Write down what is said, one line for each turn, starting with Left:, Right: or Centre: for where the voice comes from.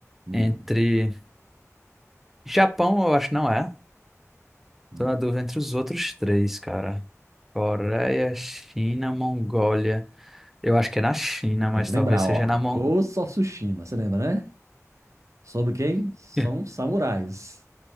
Right: Hum,
Centre: Entre. Japão, eu acho que não é.
Right: hum.
Centre: Tô na dúvida entre os outros três, cara. Coreia, China, Mongólia. Eu acho que é na China,
Right: Tem
Centre: mas
Right: que lembrar,
Centre: talvez seja
Right: ó.
Centre: na Mongólia.
Right: Ghost of Tsushima, você lembra, né? Sobre quem? São
Centre: <laughs>
Right: samurais.